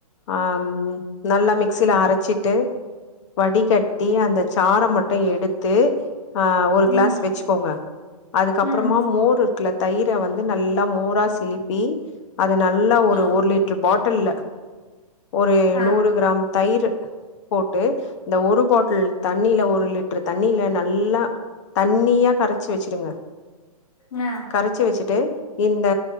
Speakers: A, on the left; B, on the left.
A: ஆ நல்லா மிக்சியில அரைச்சிட்டு வடிகட்டி அந்த சார மட்டும் எடுத்து அ ஒரு கிளாஸ்
B: ம்
A: வச்சுக்கோங்க அதுக்கப்புறமா
B: ம்
A: மோர் இருக்குல தயிர வந்து நல்லா மோரா சிலிப்பி அது நல்லா ஒரு
B: ஆ
A: ஒரு லிட்டுர் பாட்டுல்ல ஒரு
B: ஆ
A: நூறு கிராம் தயிர் போட்டு இந்த ஒரு பாட் டுல தண்ணில ஒரு லிட்டரு தண்ணியில நல்லா தண்ணியா கரச்சு வச்சுருங்க
B: ஆ
A: கரச்சி வச்சுட்டு இந்த